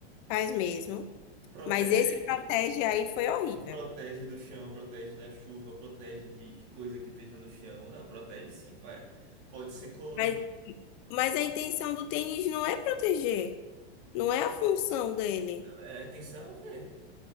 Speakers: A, on the left; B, on the right.
A: Faz mesmo.
B: Protege.
A: Mas esse protege aí foi horrível.
B: Protege do chão, protege da chuva, protege de, de coisa que esteja no chão. Não, protege sim, vai. Pode ser colorido.
A: Mas, mas a intenção do tênis não é proteger. Não é a função dele.
B: É, atenção, o quê?